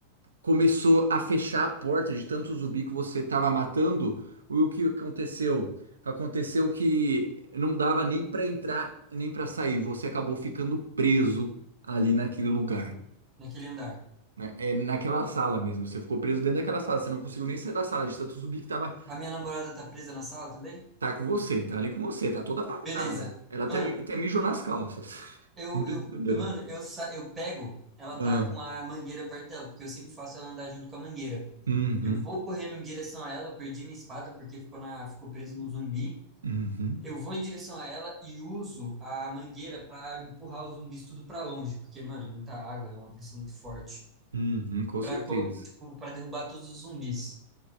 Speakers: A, on the right (about 75°); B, on the right (about 15°).
A: começou a fechar a porta de tanto zumbi que você estava matando. E o que aconteceu? Aconteceu que não dava nem para entrar, nem para sair. Você acabou ficando preso ali naquele lugar
B: naquele andar.
A: né? É naquela sala mesmo. Você ficou preso dentro daquela sala. Você não conseguiu nem sair da sala de tanto zumbi que tava,
B: A minha namorada tá presa na sala também?
A: tá com você, tá ali com você, tá toda apavorada.
B: Beleza.
A: Ela
B: Mano,
A: até, até mijou nas calças.
B: eu,
A: <laughs> Brincadeira.
B: eu, mano, eu, sa- eu pego. Ela tá
A: Ah,
B: com a mangueira perto dela, porque eu sempre faço ela andar junto com a mangueira.
A: uhum,
B: Eu vou correndo em direção a ela, eu perdi minha espada porque ficou na, ficou preso no zumbi.
A: uhum,
B: Eu vou em direção a ela e uso a mangueira para empurrar os zumbis tudo para longe, porque, mano, é muita água, é uma pressão muito forte,
A: uhum, com
B: para
A: certeza.
B: tipo, para derrubar todos os zumbis,